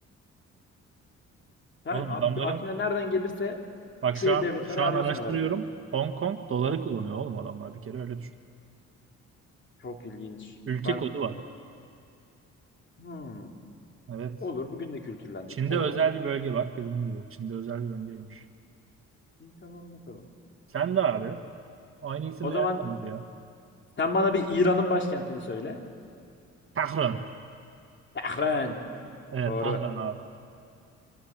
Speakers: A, on the left; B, on the right.
A: Yani
B: Oğlum
A: abi,
B: adamların
A: aklına nereden gelirse
B: bak
A: şehir
B: şu an
A: devletleri
B: şu
A: arıyorsun
B: an araştırıyorum.
A: herhalde.
B: Hong Kong doları
A: Ta-
B: kullanıyor oğlum adamlar bir kere öyle düşün.
A: Çok ilginç.
B: Ülke
A: Ben
B: kodu var.
A: Hmm.
B: Evet.
A: Olur. Bugün de kültürlendik.
B: Çin'de
A: Olur.
B: özel bir bölge bak dediğim gibi. Çin'de özel bir bölgeymiş.
A: İyi tamam bakalım.
B: Sen de abi. Aynı isimle
A: O zaman
B: yapmadı ya.
A: sen bana bir İran'ın başkentini söyle.
B: Tahran.
A: Tehran.
B: Evet
A: Doğru.
B: Tahran abi.